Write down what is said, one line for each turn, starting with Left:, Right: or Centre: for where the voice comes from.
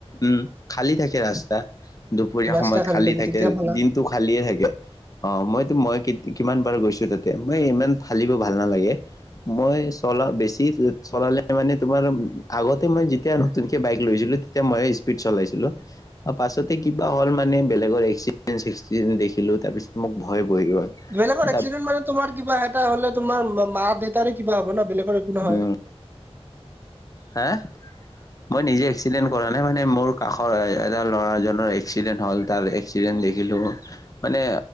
Left: উম, খালী থাকে ৰাস্তা। দুপৰীয়া
Right: ৰাস্তা
Left: সময়ত
Right: খালি
Left: খালী থাকে।
Right: তেতিয়া ভাল হয়।
Left: দিনটো খালিয়ে থাকে। অ' মইতো মই কিত- কিমান বাৰ কৈছোঁ তাতে। মই ইমান ফালিব ভা ভাল নালাগে। মই চলা- বেছি চলালে মানে তোমাৰ, আগতে মই যেতিয়া নতুনকে বাইক লৈছিলোঁ তেতিয়া ময়ে স্পীড চলাইছিলোঁ। পাছতে কিবা হ'ল মানে বেলেগৰ এক্সি ডেন চেক্সিডেন্ট দেখিলোঁ। তাৰপিছত মোক ভয় বহি গ'ল।
Right: বেলেগৰ এক্সিডেণ্ট
Left: তাৰ
Right: মানে তোমাৰ কিবা এটা হ'লে তোমাৰ ম- মা-দেউতাৰে কিবা হব ন'? বেলেগৰ একো নহয়।
Left: উম, হে? মই নিজে এক্সিডেণ্ট কৰা নাই, মানে মোৰ কাষৰ এটা ল'ৰাজনৰ এক্সিডেণ্ট হ'ল। তাৰ এক্সিডেণ্ট দে খিলোঁ। মানে